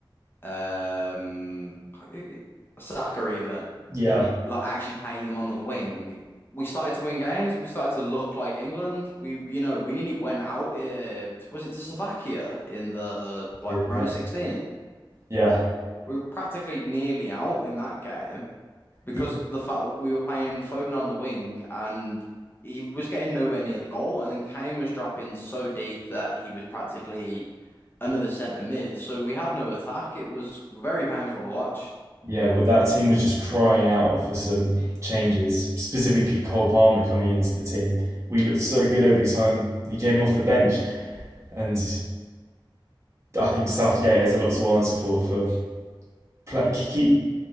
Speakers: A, on the left; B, on the right.
A: um, Saka even,
B: Yeah.
A: like actually playing them on the wing. We started to win games and we started to look like England. We, you know, we nearly went out. Uh, was it to Slovakia in the like
B: Yeah.
A: round
B: Yeah.
A: of 16?
B: Yeah.
A: We were practically nearly out in that game because
B: He-
A: the fact we were playing Foden on the wing and he was getting nowhere near the goal. And then Kane was dropping so deep that he was practically another centre mid. So we had no attack. It was very painful to watch.
B: Yeah, well, that team was just crying out for some changes, specifically Cole Palmer coming into the team. We looked so good every time he came off the bench, and I think Southgate has a lot to answer for for pla- keep